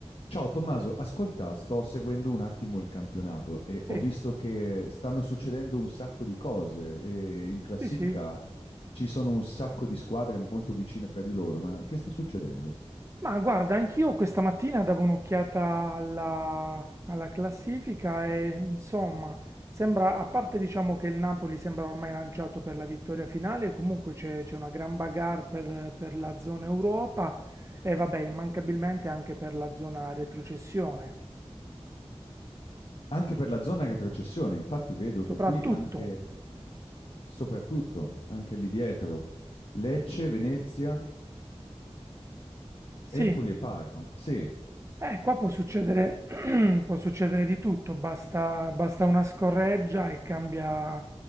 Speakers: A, on the left; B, on the right.
A: Ciao Tommaso, ascolta, sto seguendo un attimo il campionato e
B: Sì,
A: ho visto che stanno succedendo un sacco di cose e in classifica
B: sì, sì.
A: ci sono un sacco di squadre molto vicine fra di loro, ma che sta succedendo?
B: Ma guarda, anch'io questa mattina davo un'occhiata alla, alla classifica e insomma, sembra, a parte diciamo che il Napoli sembra ormai lanciato per la vittoria finale, comunque c'è c'è una gran bagarre per, per la zona Europa e vabbè, immancabilmente anche per la zona retrocessione.
A: Anche per la zona retrocessione, infatti vedo che
B: Soprattutto,
A: qui anche, soprattutto, anche lì dietro, Lecce, Venezia,
B: sì,
A: Empoli e Parma. Sì,
B: Eh, qua può succedere, <clears throat> può succedere di tutto, basta, basta una scorreggia e cambia-